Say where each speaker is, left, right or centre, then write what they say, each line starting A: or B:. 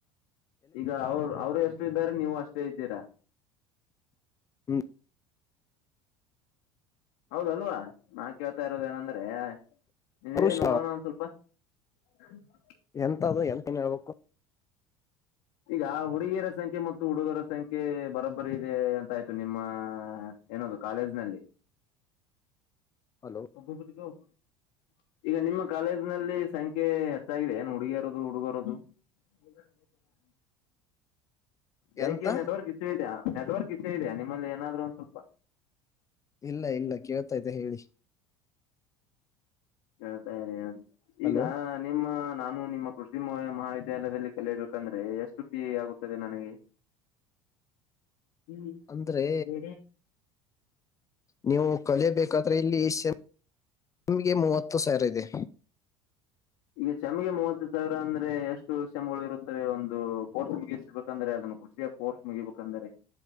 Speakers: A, on the left; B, on the left.
A: ಈಗ ಅವ್ರು ಅವ್ರು ಎಷ್ಟು ಇದ್ದಾರೆ ನೀವು ಅಷ್ಟೇ ಇದ್ದೀರಾ.
B: ಹ್ಮ್
A: ಹೌದಲ್ವಾ ನಾ ಕೇಳ್ತಾ ಇರೋದ ಏನಂದ್ರೆ ನೀನ್
B: ಪುರುಷ
A: ಹೇಳಿ ನೋಡೋಣ ಒಂದ್ ಸ್ವಲ್ಪ. <inaudible>
B: ಎಂತ ಅದು ಎಲ್ಲಾನು ಹೇಳ್ಬೇಕು
A: ಈಗ ಹುಡುಗಿಯರ ಸಂಖ್ಯೆ ಮತ್ತು ಹುಡುಗರ ಸಂಖ್ಯೆ ಬರೋಬ್ಬರಿ ಇದೆ ಅಂತ ಆಯ್ತು ನಿಮ್ಮ. ಏನದು ಕಾಲೇಜ್ನಲ್ಲಿ.
B: ಹಲೋ
A: <unintelligible> ಈಗ ನಿಮ್ಮ ಕಾಲೇಜ್ನಲ್ಲಿ ಸಂಖ್ಯೆ ಹೆಚ್ಚಾಗಿದೆ ಏನು ಹುಡುಗಿಯರದು ಹುಡುಗರೋದು. <inaudible> ಯಾಕೆ
B: ಎಂತ
A: ನೆಟ್ವರ್ಕ್ ಇಶೂ ಇದೆಯಾ ನೆಟ್ವರ್ಕ್ ಇಶೂ ಇದೆಯಾ ನಿಮ್ಮಲ್ಲಿ ಏನಾದ್ರು ಸ್ವಲ್ಪ.
B: ಇಲ್ಲ ಇಲ್ಲ ಕೇಳ್ತಾಯಿದ್ದೆ ಹೇಳಿ.
A: ಹೇಳ್ತಾರೆ
B: ಹಲೋ
A: ಈಗ. ನಿಮ್ಮ ನಾನು ನಿಮ್ಮ ಕೃಷಿ ಮಹಾವಿದ್ಯಾಲಯದಲ್ಲಿ ಕಲಿರ್ಬೇಕಂದ್ರೆ ಎಷ್ಟು ಫೀಸ್ ಆಗುತ್ತದೆ ನನಗೆ.
B: <inaudible>
A: ಹ್ಮ್
B: ಅಂದ್ರೆ
A: <unintelligible>
B: ನೀವು ಕಲಿಯಬೇಕಾದ್ರೆ ಇಲ್ಲಿ ಸೇಮ್ಗೆ ಮೂವತ್ತು ಸಾವಿರ ಇದೆ.
A: ಈಗ ಸೆಮಿಗೆ ಮೂವತ್ತು ಸಾವಿರ ಅಂದ್ರೆ ಎಷ್ಟು ಸೇಮ್ಗಳು ಇರುತ್ತವೆ ಒಂದು ಕೋರ್ಸ್. ಬೇಕಂದ್ರೆ ಅದನ್ನ ಕುಷಿಯ ಕೋರ್ಸ್ ಮುಗಿಬೇಕಂದ್ರೆ.